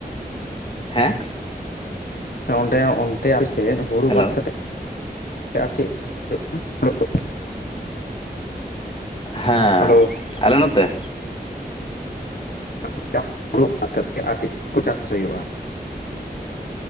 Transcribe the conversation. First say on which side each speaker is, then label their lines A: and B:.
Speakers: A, on the left; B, on the left.
A: ᱦᱮᱸ?
B: ᱚᱸᱰᱮ ᱚᱱᱛᱮ ᱟᱯᱮ ᱥᱮᱫ ᱦᱳᱲᱳ
A: ᱦᱮᱞᱳ
B: ᱵᱟᱫ ᱠᱟᱛᱮᱫ <inaudible>
A: ᱦᱮᱸ
B: ᱦᱮᱞᱳ
A: ᱟᱞᱮ ᱱᱚᱛᱮ?
B: <inaudible> ᱟᱨ ᱪᱮᱫ ᱠᱚ ᱪᱟᱥ ᱦᱩᱭᱩᱜᱼᱟ?